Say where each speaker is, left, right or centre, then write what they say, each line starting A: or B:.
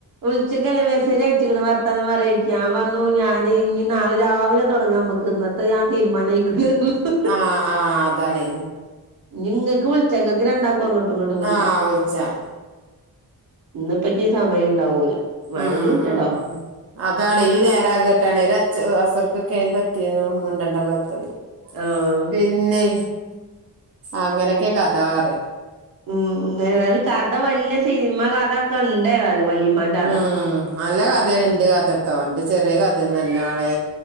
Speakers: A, on the right; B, on the right.
A: വിളിച്ചിക്കല്ല മെസ്സേജ് അയച്ചിക്കണ് വർത്താനം പറയാ <unintelligible> ഞാൻ പറഞ്ഞു ഞാന് ഇനി നാളെ രാവിലെ തൊടങ്ങാം ഇമ്മക്ക്ന്ന് ആഹ് തീരുമാനായിക്ക്ണ് <unintelligible>
B: ആഹ് ആഹ് അതാണ്
A: ഇനി നിങ്ങക്ക് വിളിച്ചാ നിങ്ങക്ക് രണ്ടാക്കും അങ്ങോട്ട് ഇങ്ങോട്ട് വിളിച്ചാ.
B: ആഹ് വിളിച്ചാ
A: ഇന്നിപ്പ ഇഞ് സമയം ഉണ്ടാവൂല വേണെങ്കി
B: ഉം
A: വിളിച്ചട്ടോ.
B: ഉം അതാണ് ഈ നേരാകട്ടാണ് അച് അസുർക്കൊക്കെ അനി പറ്റിയും മുണ്ടണ്ട കുലത്തല്ല
A: ആഹ്
B: പിന്നെ അങ്ങനെയൊക്കെ കഥ പറ
A: ഉം ഏതായാലും കഥ വലിയ സിനിമ കഥ ഒക്കെ ഉണ്ട് ഏതായാലും വല്യമ്മാന്റെ കഥ.
B: ഉം നല്ല കഥയാണ് എന്റെ കഥ ട്ടോ എന്റെ ചെറിയ കഥ ഒന്നല്ല മോളെ